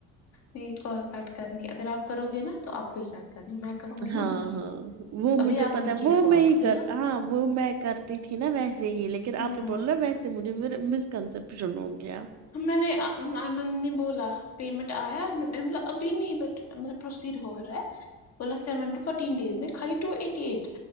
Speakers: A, on the left; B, on the right.
A: نہیں کال کٹ کرنی اگر آپ کرو گے نا تو آپ ہی کر کہ میں کروں گی نا
B: ہاں
A: میں ہی
B: ہاں وہ
A: ابھی
B: مجھے
A: آپ
B: پتا
A: نے
B: ہے
A: کی
B: وہ
A: کال
B: میں ہی
A: کی
B: کرتا
A: نا
B: ہاں وہ میں کرتی تھی نا ویسے ہی لیکن
A: ہوں
B: آپ نے بولا نا ویسے مجھے پھر مس کنسپشن ہو گیا
A: میں نے ایمن نے بولا پیمنٹ آیا مطلب ابھی نہیں ب مطب پروسیڈ ہو رہا ہے پ سیون ٹ فین ڈز میں خ ای ایٹ